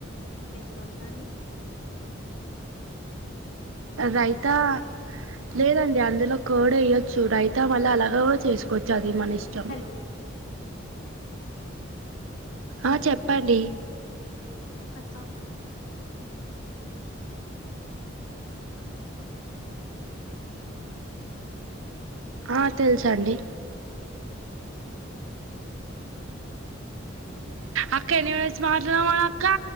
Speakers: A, on the left (about 65°); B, on the right (about 85°).
A: చేసుకోవచ్చా అండి.
B: రైతా లేదండి అందులో కార్డ్ వేయ్యొచ్చు రైతా వాళ్ళ అలాగ కూడా చేసుకోవచ్చు అది. ఇది మనిష్టం.
A: హలో.
B: ఆ చెప్పండి
A: అచ్చా
B: ఆ తెలుస అండి అక్క ఎన్ని మినిట్స్ మాట్లాడం అక్క